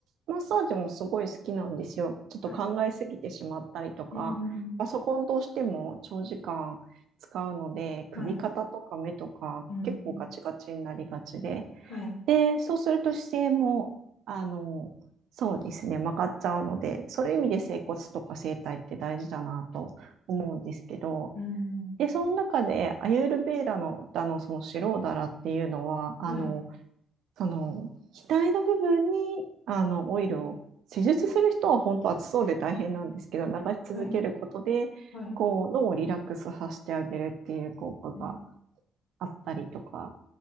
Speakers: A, on the right; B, on the left.
A: マッサージもすごい好きなんですよ。ちょっと考えすぎてしまったりとか、
B: はい。うんうんうん。
A: パソコンどうしても長時間使うので、首肩とか目とか結構ガチガチになりがちで、
B: はい。うんうん。はい。
A: で、そうすると姿勢も、あの、そうですね、曲がっちゃうので、そういう意味で整骨とか整体って大事だなと思うんですけど、
B: うんうん。
A: で、その中でアユールヴェーダの、あの、そのシローダラっていうのは、あの、
B: はい。
A: その、額の部分に、あの、オイルを、施術する人は本当暑そうで大変なんですけど、流し続けることで、
B: はい。はい。
A: こう、脳をリラックスさせてあげるっていう効果が
B: うん
A: あったりとか